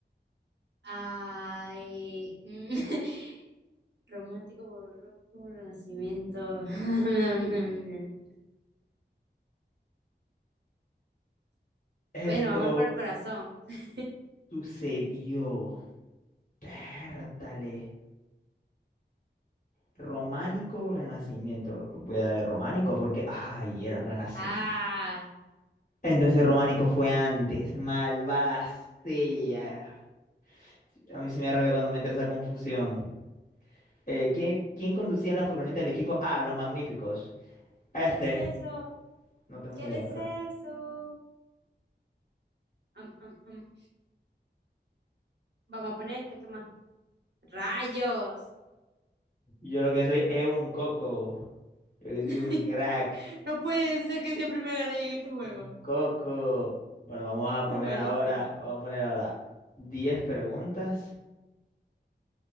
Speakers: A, on the right; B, on the left.
A: Ay. mm, <laughs> Romántico, barroco, renacimiento. <laughs>
B: Esto
A: Bueno, vamos por el corazón. <laughs>
B: sucedió. Pértale. ¿Románico o renacimiento? Voy a darle románico porque, ay, era renacimiento.
A: Ah,
B: Entonces románico fue antes. Malvada sea. A mí sí me arrepió cuando me entra esa confusión. Eh, ¿quién, quién conducía la furgoneta del equipo? Ah, los magníficos. Este,
A: ¿qué es eso?
B: no tengo
A: ¿Qué
B: ni idea,
A: es
B: pero
A: eso? Am, am, am. Vamos a poner esto, ¿qué más? ¡Rayos!
B: yo lo que soy es un coco. Yo que soy
A: <laughs>
B: un crack.
A: No puede ser que siempre me ganen en estos juegos.
B: Un Coco. Bueno, vamos a poner
A: Es malísima.
B: ahora, vamos a poner ahora diez preguntas.